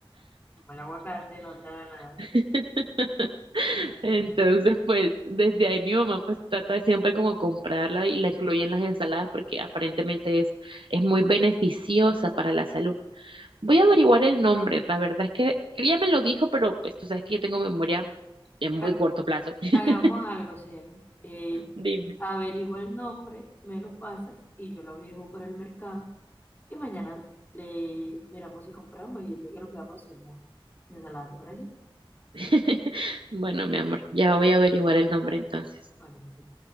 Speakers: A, on the left (about 20°); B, on the right (about 65°).
A: Como el aguacate no se haga nada.
B: <laughs>
A: Ay,
B: Entonces,
A: no.
B: pues, desde ahí mi mamá pues trata de siempre como comprarla y la incluye en las ensaladas porque aparentemente es, es muy beneficiosa para la salud. Voy a averiguar el nombre, la verdad es que ella me lo dijo, pero pues tú sabes que yo tengo memoria de muy
A: Ha-
B: corto plazo. <laughs>
A: Hagamos algo, cielo. Eh,
B: Dime.
A: averigua el nombre, me lo pasas y yo lo averiguo por el mercado. Y mañana le miramos si compramos y el día que lo veamos hacemos ensalada, ¿te parece?
B: <laughs> Bueno, mi amor, ya voy a averiguar el nombre entonces.
A: Bueno, me sirve.